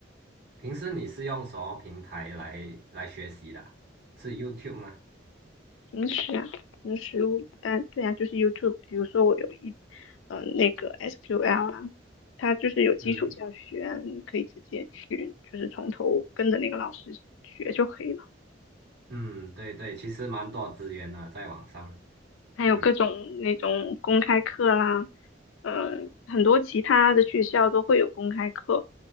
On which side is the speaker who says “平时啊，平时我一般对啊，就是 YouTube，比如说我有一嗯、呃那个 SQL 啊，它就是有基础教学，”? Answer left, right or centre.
Left